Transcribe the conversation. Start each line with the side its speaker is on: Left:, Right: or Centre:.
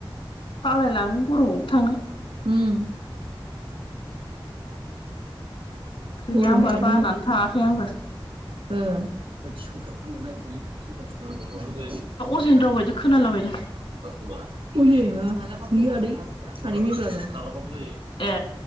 Left: बालाय लाङो गरमावबो थांनो
Right: ओम
Left: गैया
Right: गरमखायनो
Left: आंबो बानानै थाङाखै आंबो
Right: ओ <unintelligible>
Left: <unintelligible> खोनालाबाय दा
Right: <unintelligible>
Left: ए।